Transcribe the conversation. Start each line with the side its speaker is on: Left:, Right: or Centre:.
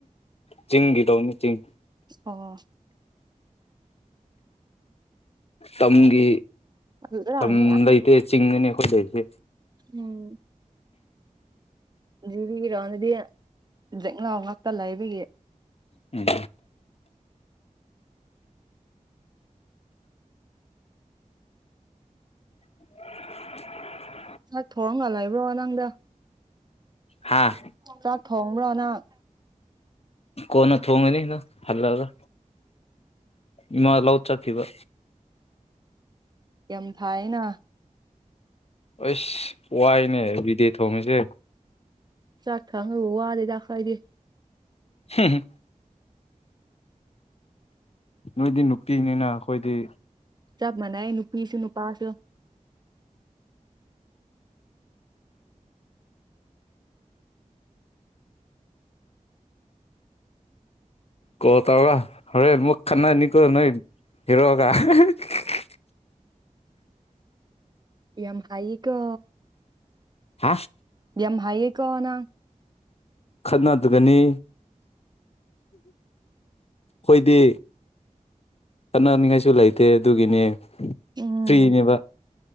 Left: ꯆꯤꯡꯤꯡꯒꯤ ꯇꯧꯅꯤ ꯆꯤꯡ
Right: ꯑꯣ
Left: ꯇꯝꯒꯤ
Right: ꯑꯗꯨꯗꯔꯥꯅꯤ
Left: ꯇꯝ ꯂꯩꯇꯦ ꯆꯤꯡꯉꯅꯤ ꯑꯩꯈꯣꯏ ꯂꯩꯁꯦ
Right: ꯎꯝ ꯖꯤꯕꯤꯔꯣꯗꯗꯤꯦꯛꯅꯥꯎ ꯉꯥꯛꯇ ꯂꯩꯕꯒꯤ
Left: ꯎꯝ <unintelligible>
Right: ꯑ ꯊꯣꯔꯣꯡ ꯉꯜꯂꯏꯕ꯭ꯔꯣ ꯅꯪꯗ
Left: ꯍꯥꯥ
Right: ꯆꯥꯛ ꯊꯣꯡꯕ꯭ꯔꯣ ꯅꯍꯛ
Left: ꯀꯣꯟꯅ ꯊꯣꯡꯉꯅꯤꯅ ꯍꯜꯂꯒ ꯏꯃꯥ ꯂꯧ ꯆꯠꯈꯤꯕ
Right: ꯌꯥꯝ ꯊꯥꯏꯅ
Left: ꯑꯁ ꯋꯥꯏꯅꯦ ꯕꯤꯗꯦ ꯊꯣꯡꯉꯁꯦ
Right: ꯆꯠꯥꯉ ꯋꯥꯗꯗ ꯈꯥꯏꯗꯤ
Left: ꯍꯝ ꯅꯣꯏꯗꯤ ꯅꯨꯡꯇꯤꯅꯤꯅ ꯑꯩꯈꯣꯏꯗꯤ
Right: ꯆꯞ ꯃꯅꯥꯏ ꯅꯨꯄꯤꯁꯨ ꯅꯨꯄꯥꯁꯨ
Left: ꯀꯣ ꯇꯕ ꯍꯔꯦ ꯃꯨ ꯈꯥꯟꯅꯅꯤ ꯀꯣ ꯅꯣꯏ ꯍꯤꯔꯣ ꯀ <unintelligible>
Right: ꯌꯥꯝ ꯍ ꯀ
Left: ꯍꯥ
Right: ꯌꯥꯝꯦꯝ ꯍꯥꯏꯌꯦ ꯀꯣꯅꯥ
Left: ꯈꯠꯅꯗꯒꯅꯤ ꯑꯩꯣꯏꯗꯤ ꯀꯅꯅꯤꯡꯉꯥꯏꯁꯨ ꯂꯩꯇꯦ ꯑꯗꯨꯒꯤꯅꯦ
Right: ꯎꯝ
Left: ꯐ꯭ꯔꯤꯅꯦꯕ